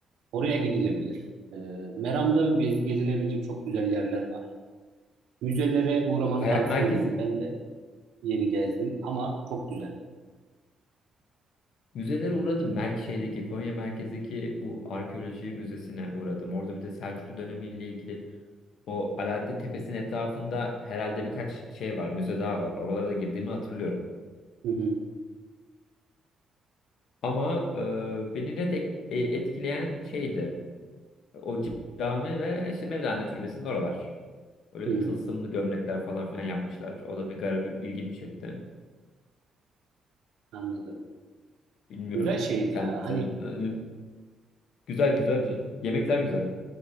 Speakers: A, on the right (about 80°); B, on the left (about 75°).
A: Oraya gidilebilir. E, Meram'da gez- gezilebilecek çok güzel yerler var. Müzelere uğramanı
B: <laughs> Kayak
A: tavsiye
B: merkezi
A: ederim. Ben de yeni gezdim ama çok güzel.
B: Müzelere uğradım. Merk şeydeki Konya merkezdeki bu arkeoloji müzesine uğradım. Orada bir de Selçuklu dönemiyle ilgili o Alaaddin Tepesi'nin etrafında herhalde birkaç şey var, müze daha var. Oralara da girdiğimi hatırlıyorum.
A: Hı hı.
B: Ama e, beni net ek- e, etkileyen şeydi. O cami ve işte Mevlana Türbesi'nin oralar. Öyle
A: Hı,
B: tılsımlı gömlekler falan filan yapmışlar. O da bir garip ilgimi çekti.
A: anladım.
B: Bilmiyorum.
A: Güzel şehir
B: Sen
A: ya. Hani
B: sen e, güzel güzel canım. Yemekler güzel.